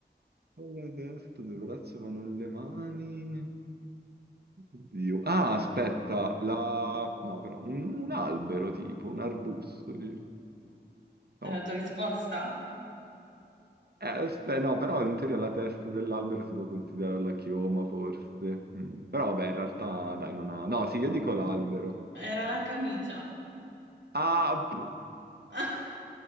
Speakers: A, on the right; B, on the right.
A: Una testa, due braccia ma non le mani... Oddio. Ah, aspetta, la... No, però un, un albero tipo, un arbusto. dici.
B: È
A: No,
B: la tua risposta?
A: Eh, beh, no, però in teoria la testa dell'albero si può considerare la chioma, forse. Mm, Però vabbè, in realtà, dai, non ha... No, sì, io dico l'albero.
B: Era la camicia.
A: Ah!
B: <laughs>